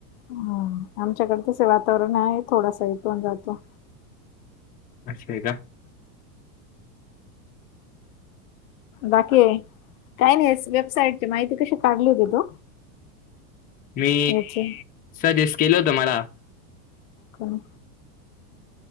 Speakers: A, on the left (about 60°); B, on the left (about 20°).
A: हम्म आमच्याकडे तसे वातावरण आहे. थोडासा येतो न जातो.
B: अच् हाय का.
A: बाकी काय नाही वेबसाइट ची माहिती कशी टागली होती तू?
B: मी
A: याची
B: सजेस्ट केलं होतं मला.
A: कन